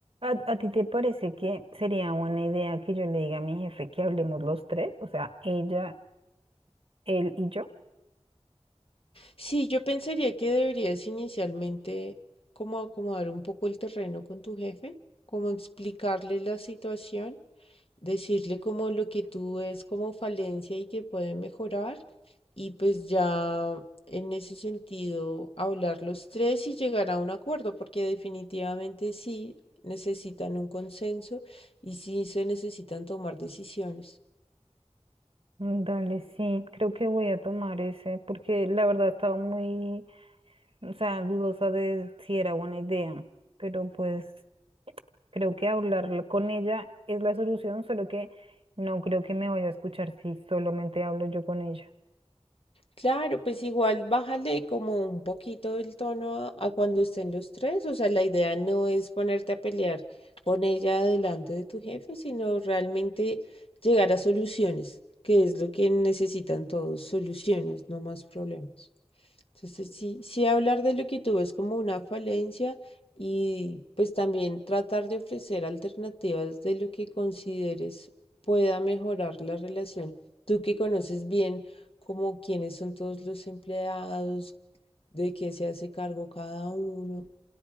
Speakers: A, on the right (about 60°); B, on the left (about 60°).
A: ¿A, a ti te parece que sería buena idea que yo le diga a mi jefe que hablemos los tres? O sea, ella, él y yo.
B: Sí, yo pensaría que deberías inicialmente como acomodar un poco el terreno con tu jefe, como explicarle la situación decirle como lo que tú ves como falencia y que puede mejorar y pues ya en ese sentido hablar los tres y llegar a un acuerdo, porque definitivamente sí necesitan un consenso y sí se necesitan tomar decisiones.
A: Mm, Dale, sí, creo que voy a tomar ese, porque la verdad estaba muy, o sea, dudosa de si era buena idea, pero pues Creo que hablar con ella es la solución, solo que no creo que me vaya a escuchar si solamente hablo yo con ella.
B: Claro, pues igual bájale como un poquito el tono a, a cuando estén los tres. O sea, la idea no es ponerte a pelear con ella delante de tu jefe, sino realmente llegar a soluciones, que es lo que necesitan todos, soluciones, no más problemas. Entonces, sí, sí hablar de lo que tuvo es como una falencia y pues también tratar de ofrecer alternativas de lo que consideres pueda mejorar la relación. Tú que conoces bien como quiénes son todos los empleados, de qué se hace cargo cada uno